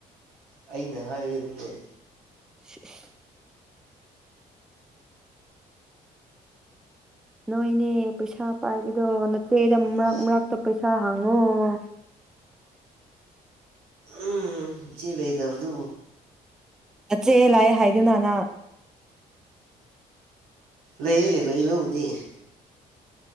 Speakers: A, on the right (about 75°); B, in the centre.
A: ꯑꯩꯅ ꯍꯥꯏꯕꯅꯤꯅꯦ
B: <unintelligible> ꯅꯣꯏ ꯏꯅꯦ ꯄꯩꯁꯥ ꯄꯥꯏꯕꯤꯗꯣ ꯅ ꯆꯦꯗ
A: ꯎꯝ
B: ꯃꯔꯛ ꯃꯔꯛꯇ ꯄꯩꯁꯥ ꯍꯥꯡꯉꯣꯑꯣ <unintelligible>
A: ꯎ <unintelligible> ꯎꯝ ꯏ ꯆꯦ ꯂꯩꯇꯕꯗꯨꯕꯨ
B: ꯆꯠꯁꯦ ꯂꯥꯛꯑꯦ ꯍꯥꯏꯗꯨꯅꯅ
A: ꯂꯩꯌꯦ ꯂꯩꯕꯕꯨꯗꯤ